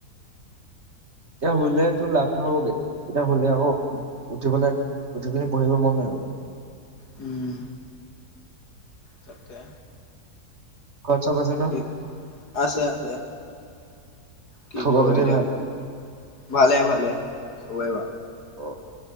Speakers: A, on the right; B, on the left.
A: এতিয়া হুললে তটো লাভ নহ'বগে এতিয়া হলে আকৌ উঠিবলে। কথাখিনি পঢ়িব মন নযাবো।
B: উম, তাকে
A: ঘৰত চব আছে ন
B: কি? আছে-আছে। কি
A: খবৰ
B: কৰো
A: খাতি
B: এতিয়া
A: ভাল
B: ভালে-ভালে চবেই ভাৰ
A: অ